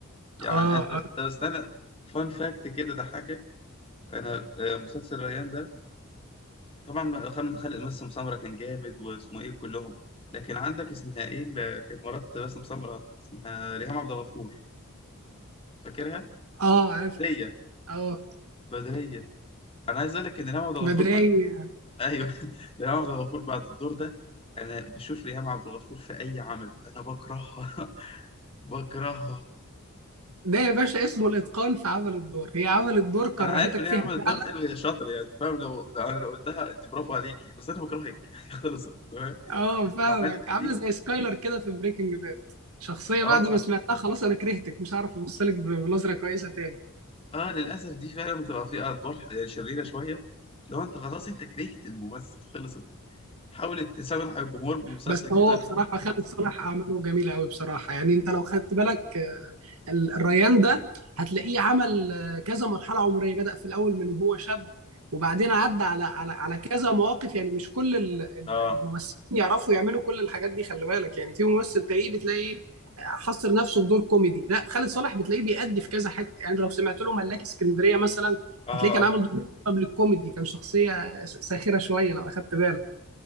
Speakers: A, on the left (about 25°); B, on the right (about 85°).
A: يعني
B: اه
A: انت
B: آه.
A: طب استنى فان فاكت كده ضحكك انا آه، مسلسل ريان ده طبعا خم- خالد باسم سمرة كان جامد واسمه ايه كلهم لكن عندك اسمها ايه اللي كانت مرات باسم سمرة اسمها ريهام عبد الغفور فاكرها
B: اه عارف
A: بدرية
B: اه
A: بدرية انا عايز اقول لك ان ريهام عبد الغفور
B: بدرية
A: بعد ايوه <laughs> ريهام عبد الغفور بعد الدور ده انا بشوف ريهام عبد الغفور في اي عمل انا بكرهها <laughs> بكرهها
B: ده يا باشا اسمه الاتقان في عمل الدور هي عملت دور كرهتك
A: انا عارف ان
B: فيها
A: هي عملت دور
B: فعلا
A: حلو يا شاطر يعني انت فاهم لو لو انا لو قلتها انت برافو عليكي بس انا بكرهك <laughs> خلصت تمام
B: اه فاهمك
A: عملت ايه
B: عامله زي سكايلر كده في بريكنج باد شخصيه
A: اه
B: بعد ما سمعتها خلاص انا كرهتك مش عارف ابص لك بنظره كويسه تاني
A: اه للاسف دي فعلا بتبقى فيها ادوار شريره شويه لو انت خلاص انت كرهت الممثل خلصت حاولت تسامح الجمهور بمسلسل
B: بس
A: كده
B: هو بصراحة خالد صالح أعماله جميلة أوي بصراحة يعني أنت لو خدت بالك آه، ال- الريان ده هتلاقيه عمل آه، كذا مرحلة عمرية بدأ في الأول من وهو شاب وبعدين عدى على على على كذا مواقف يعني مش كل ال- ال-
A: اه
B: الممثلين يعرفوا يعملوا كل الحاجات دي خلي بالك يعني في ممثل تلاقيه بتلاقيه حصر نفسه في دور كوميدي لا خالد صالح بتلاقيه بيأدي في كذا حتة يعني لو سمعت له ملاك اسكندرية مثلا
A: اه
B: هتلاقيه كان عامل
A: فك-
B: دور قبل الكوميدي كان شخصية س- ساخرة شوية لو أخدت بالك